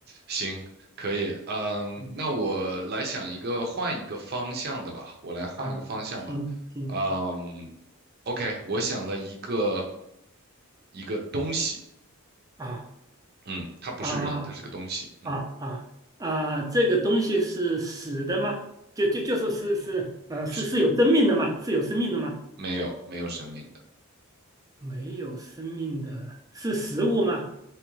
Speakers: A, on the right; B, on the right.
A: 行，可以，嗯，
B: 嗯
A: 那我来想一个换一个方向的吧，我来换一个方向吧，
B: 啊，行行
A: 嗯，OK，我想了一个一个东西，
B: 啊
A: 嗯，它不是人，
B: 啊
A: 它是个东西，嗯，
B: 啊啊啊，这个东西是死的吗？就就就说是是呃是是有生命的吗？
A: 是
B: 是有生命的吗？
A: 没有没有生命的，
B: 没有生命的是食物吗？